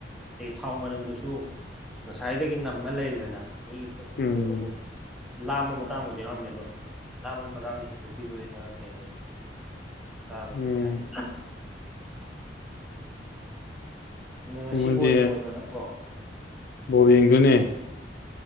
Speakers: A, in the centre; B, on the left.
A: ꯑꯩ ꯊꯥꯎ ꯃꯅꯝꯗꯨꯁꯨ ꯉꯁꯥꯏꯗꯒꯤ ꯅꯝꯃ ꯂꯩꯔꯤꯗꯅ ꯃꯤ <unintelligible>
B: ꯎꯝ
A: ꯀꯩꯅꯣ ꯇꯧꯕ ꯂꯥꯝꯕ ꯃꯇꯥꯡꯕꯨꯗꯤ ꯌꯥꯎꯔꯝꯃꯦ ꯑꯗꯣ ꯂꯥꯝꯕ ꯃꯇꯥꯡꯗ ꯍꯦꯟꯗꯣꯛꯈꯤꯕꯩꯔ ꯀꯩꯅꯣ ꯈꯪꯗꯦ ꯆꯥꯕ ꯑꯝꯇ
B: ꯎꯝ
A: ꯌꯥꯗꯦ ꯅ ꯉꯁꯤ
B: ꯃꯣꯏꯗꯤ
A: ꯕꯣꯜ ꯌꯦꯡꯉꯣꯏꯗ꯭ꯔꯣ ꯅꯪꯕꯣ
B: ꯕꯣꯔ ꯌꯦꯡꯗꯣꯏꯅꯦ